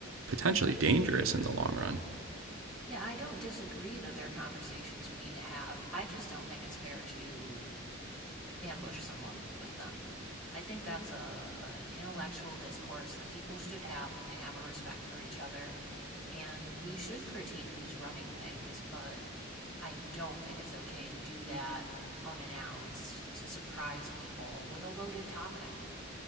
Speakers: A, on the right; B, in the centre.
A: potentially dangerous in the long run.
B: Yeah, I don't disagree that there are conversations we need to have. I just don't think it's fair to ambush someone with them. I think that's a an intellectual discourse that people should have when they have a respect for each other. And we should critique who's running things, but I don't think it's okay to do that unannounced to surprise people with a loaded topic.